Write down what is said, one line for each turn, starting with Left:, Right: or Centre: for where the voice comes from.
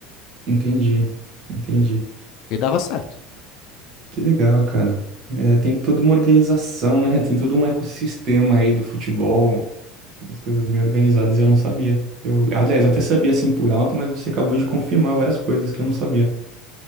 Right: Entendi, entendi.
Left: E dava certo.
Right: Que legal, cara. É, tem toda uma organização, né? Tem todo um ecossistema aí do futebol, as coisas bem organizadas, e eu não sabia. Eu, aliás, eu até sabia assim por alto, mas você acabou de confirmar várias coisas que eu não sabia. Muito